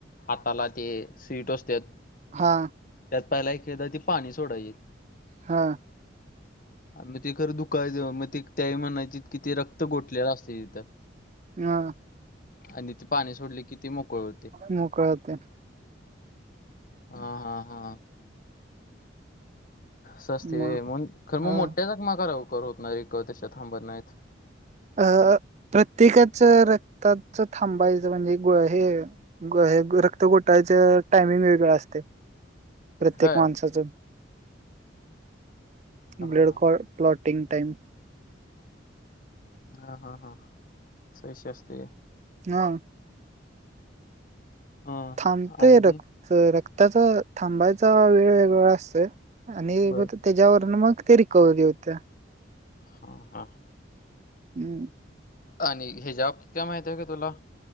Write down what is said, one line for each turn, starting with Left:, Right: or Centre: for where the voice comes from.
Left: हाताला ते सुई टोचत्यात,
Right: हा
Left: त्यात पहिला एक, एकदा ते पाणी सोडायचे.
Right: हा.
Left: मग ते खरं दुखायचं, मग ते त्यायेळी म्हणायची कि रक्त गोठलेलं असतय तिथं
Right: हा
Left: आणि ती पाणी सोडली कि ती मोकळं होतंय.
Right: मोकळं होतंय.
Left: हा हा हा सस्ते
Right: म
Left: मग खर
Right: हा
Left: मग मोठ्या जकमा करा कर होतणार रे त्याच्यात थांबत नाहीत.
Right: अ प्रत्येकाच रक्ताच थांबायचं म्हणजे गुळ हे- - हे रक्त गोटाळच टायमिंग वेगळं असतयं. प्रत्येक
Left: होय.
Right: माणसाचं.
Left: हां,
Right: ब्लड
Left: हां.
Right: Clotting time.
Left: हा, हा, हा. सश अस असते.
Right: हा.
Left: हां
Right: थांबते
Left: आणि
Right: रक्त रक्ताचा थांबायचा वेळ वेगळा असतय. आणि
Left: बरं.
Right: त्याच्यावरून मग ते रिकव्हरी होत्या.
Left: ह हा.
Right: हम्म.
Left: आणि हे <unintelligible> कितक्या माहिती हाय का तुला?